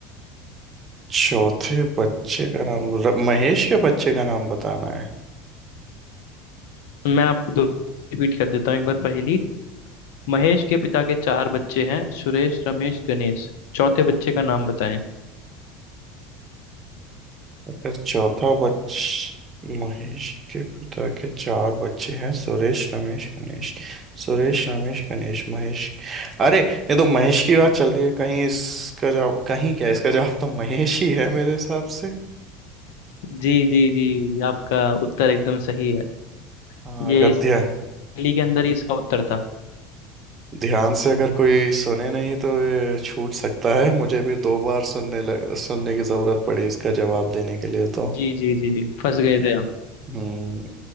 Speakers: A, on the right; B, on the left.
A: चौथे बच्चे का नाम र, महेश के बच्चे का नाम बताना है
B: मैं आपको दो रिपीट कर देता हूँ एक बार पहली महेश के पिता के चार बच्चे हैं सुरेश रमेश गणेश चौथे बच्चे का नाम बताएं
A: अगर चौथा बच महेश के पिता के चार बच्चे हैं सुरेश रमेश गणेश सुरेश रमेश गणेश महेश अरे ये तो महेश की बात चल रही है कहीं इसका जवाब कहीं क्या इसका जवाब तो महेश ही है मेरे हिसाब से
B: जी जी जी आपका उत्तर एकदम सही है
A: हाँ
B: ये
A: अगर
B: इस
A: ध्या,
B: पहेली के अंदर ही इसका उत्तर था
A: ध्यान से अगर कोई सुने नहीं तो ये छूट सकता है मुझे भी दो बार सुनने लग, सुनने की जरूरत पड़ी इसका जवाब देने के लिए तो
B: जी जी जी फंस गए थे आप
A: हम्म